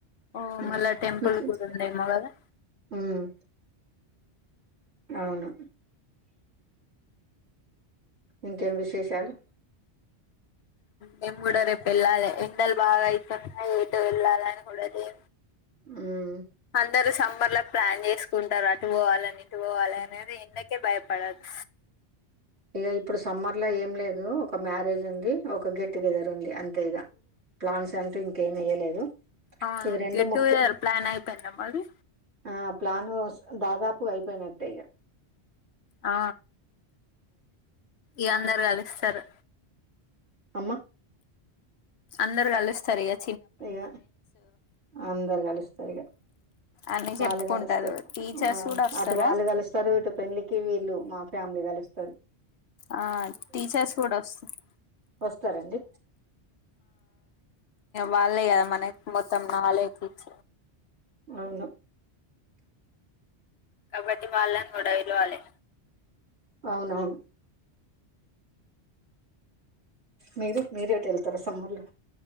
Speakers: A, on the left; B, on the right.
A: ఓ
B: ఉమ్.
A: మళ టెంపల్
B: నువ్వు తి-
A: గుడుంది కదా
B: ఉమ్, అవును ఇంకేం విశేషాలు
A: నిమ్డో రేపు ఎళ్ల్ాల ఎందల్ బాగాయితున్నా ఏయి వెల్ాలానిడది
B: ఉమ్
A: అందరు సబర్ లో ప్లాన్ చేసుకుంటారు అటు పోవాలని ఇటు పోవాలి అనేది ఎన్నకే భయపడదు
B: ఇక ఇప్పుడు సమ్మర్ లో ఏం లేదు ఒక మ్యారేజ్ ఉంది ఒక ఒక గెట్ టుగెదర్ ఉంది అంత ఇగా ప్లాన్స్ అంటూ ఇంకేం ఇయలేదు
A: అవును
B: ఇవి రెండు
A: గెట్
B: ముఖ్యం
A: టుగెదర్ ప్లాన్ అయిపోయిందా మరి
B: ఆ ప్లాను దాదాపు అయిపోయినట్టే ఇక
A: ఆ ఇ అందరు కలిస్తారు
B: అమ్మా
A: అందరు కలుస్తారు ఈగ
B: ఇక అందరు కలుస్తారు ఇక
A: అన్ని చెప్పుకుంటారు
B: వాళ్ళు కలుస్తారు
A: టీచర్స్
B: ఆ
A: కూడా వస్తారా
B: అటు వాళ్ళు కలుస్తారు ఇటు పెళ్లికి వీళ్ళు మా ఫ్యామిలీ కలుస్తుంది
A: ఆ టీచర్స్ కూడా వస్తాయి
B: వస్తారండి
A: వాళ్ే కదా మనకి మొత్తం నాలేజ్ ఇచ్చ
B: అవును
A: కబడ్డీ వాళ్ళని కూడా ఇలువాలి
B: అవునవును మీరు మీరేటి వెళ్తారా సమ్మళ్ళు